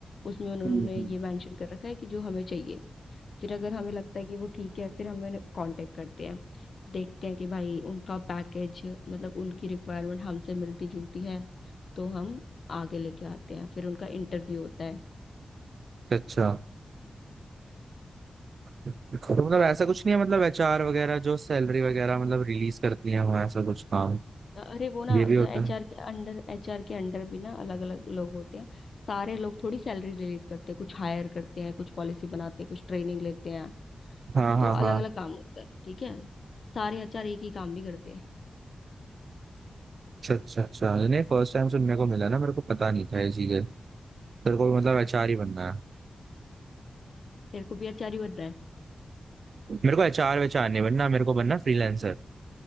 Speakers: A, on the left; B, on the right.
A: उसमें उन्होंने
B: हम्म हम्म।
A: ये मेंशन कर रखा है कि जो हमें चाहिए फिर अगर हमें लगता है कि वो ठीक है फिर हमें कांटेक्ट करते हैं देखते हैं कि भाई उनका पैकेज मतलब उनकी रिक्वायरमेंट हमसे मिलती जुलती है तो हम आगे लेके आते हैं फिर उनका इंटरव्यू होता है
B: अच्छा तो मतलब ऐसा कुछ नहीं है मतलब एचआर वगैरह जो सैलरी वगैरह मतलब रिलीज करती है वहाँ ऐसा कुछ काम
A: अरे वो ना
B: ये भी होता
A: एचआर
B: है
A: के अंडर एचआर के अंडर भी ना अलग अलग लोग होते हैं सारे लोग थोड़ी सैलरी रिलीज करते हैं कुछ हायर करते हैं कुछ पॉलिसी बनाते हैं कुछ ट्रेनिंग लेते हैं
B: हाँ हाँ
A: तो
B: हाँ
A: अलग अलग काम होता है ठीक है सारे आचार्य एक ही काम नहीं करते
B: अच्छा अच्छा अच्छा नहीं फर्स्ट टाइम सुनने को मिला ना मेरे को पता नहीं था ये चीजें तेरे को मतलब एचआर ही बनना है
A: तेरे को भी आचार्य बनना है
B: मेरे को एचआर वेचआर नहीं बनना मेरे को बनना फ्रीलांसर